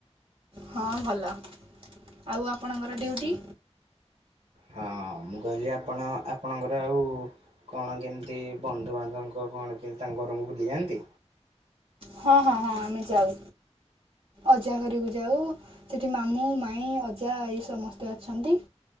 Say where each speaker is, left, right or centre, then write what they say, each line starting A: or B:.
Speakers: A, on the right (about 55°); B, on the right (about 65°).
A: ହଁ ଭଲ ଆଉ ଆପଣଙ୍କର ଡିଉଟି?
B: ହଁ ମୁଁ କହିଲି ଆପଣ ଆପଣଙ୍କର ଆଉ କଣ କେମିତି ବନ୍ଧୁବାନ୍ଧବଙ୍କ କଣ କେମିତି ତାଙ୍କ ଘରକୁ ବୁଲିଯାଆନ୍ତି?
A: ହଁ ହଁ ହଁ ଆମେ ଯାଉ ଅଜା ଘରକୁ ଯାଉ। ସେଠି ମାମୁଁ ମାଇ ଅଜା ଏଇ ସମସ୍ତେ ଅଛନ୍ତି।